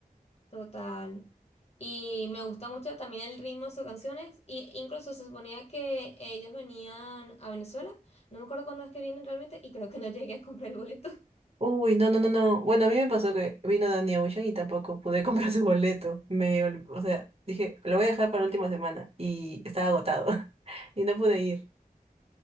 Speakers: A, on the left; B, on the right.
A: total. Y me gusta mucho también el ritmo de sus canciones. Y incluso se suponía que ellos venían a Venezuela. No me acuerdo cuándo es que vienen realmente y creo que no <laughs> llegué a comprar el boleto.
B: Uy, no, no, no, no. Bueno, a mí me pasó que vino Danny Ocean y tampoco pude <laughs> comprar su boleto. Me, ol- o sea, dije, lo voy a dejar para la última semana y estaba agotado <laughs> y no pude ir.